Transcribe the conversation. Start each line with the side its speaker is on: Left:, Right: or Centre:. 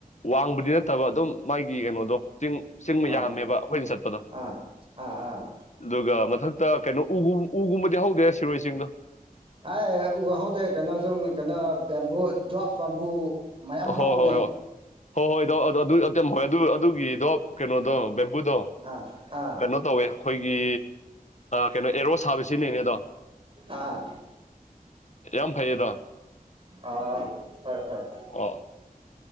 Left: ꯋꯥꯡꯕꯗꯤ ꯅꯠꯇꯕ ꯑꯗꯨꯝ ꯃꯥꯒꯤ ꯀꯩꯅꯣꯗꯣ ꯆꯤꯡ ꯆꯤꯡ
Right: ꯑꯥ
Left: ꯌꯥꯝꯔꯝꯃꯦꯕ ꯑꯩꯈꯣꯏꯅ ꯆꯠꯄꯗꯣ
Right: ꯑꯥ ꯑꯥ ꯑꯥ
Left: ꯑꯗꯨꯒ ꯃꯊꯛꯇ ꯀꯩꯅꯣ ꯎꯒꯨꯝꯕꯗꯤ ꯍꯧꯗꯦ ꯁꯤꯔꯣꯏ ꯆꯤꯡꯗꯣ
Right: ꯑꯦ ꯎꯍꯗꯦ ꯀꯩꯅꯣ ꯑꯗꯨꯝ ꯀꯩꯅꯣ ꯕꯦꯝꯕꯨ ꯗꯞ ꯕꯦꯝꯕꯨ ꯃꯌꯥꯝ
Left: ꯍꯣꯏ
Right: ꯍꯥꯎꯕꯅꯦ
Left: ꯍꯣꯏ ꯍꯣꯏ ꯍꯣꯏ ꯍꯣꯏ ꯏꯗꯎ ꯑꯗꯨ ꯑꯦꯝ ꯍꯣꯏ ꯑꯗꯨ ꯑꯗꯨꯒꯤꯗꯣ ꯀꯩꯅꯣꯗꯣꯕ ꯗꯣ
Right: ꯑꯥ ꯑꯥ
Left: ꯀꯩꯅꯣ ꯇꯧꯋꯦ ꯑꯩꯈꯣꯏꯒꯤ ꯀꯩꯅꯣ ꯑꯦꯔꯣ ꯁꯥꯕꯤ ꯁꯤꯟꯅꯅꯦ ꯑꯗꯣ
Right: ꯑꯥ
Left: ꯌꯥꯝ ꯐꯩꯌꯦꯗ
Right: ꯑ ꯍꯣꯏ ꯍꯣꯏ
Left: ꯑ